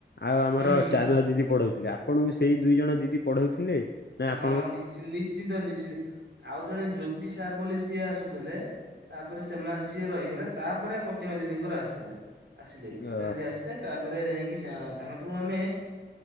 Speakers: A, on the left; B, on the right.
A: ଆଉ ଆମର
B: ହୁଁ
A: ଚାରୁଆ ଦିଦି ପଢଉଥିଲେ ଆପଣଙ୍କୁ ସେଇ ଦୁଇ ଜଣ ଦିଦି ପଢଉଥିଲେ ନା ଆପଣ।
B: ହଁ ନିଶ୍ଚି ନିଶ୍ଚିନ୍ତ ନିଶ୍ଚି ଆଉ ଜଣେ ଜ୍ୟୋତି ସାର୍ ବୋଲି ସିଏ ଆସୁ ଥିଲେ ତାପରେ ସେମାନେ ସିଏ ରହିଗଲେ ତାପରେ ପ୍ରତିମା ଦିଦିଙ୍କର ଆସିଲା। ଆସିଲେ ପ୍ରତିନିଧି
A: ଅ
B: ଆସିଲେ ତାପରେ ଯାଇକି। ତାଙ୍କଠାରୁ ଆମେ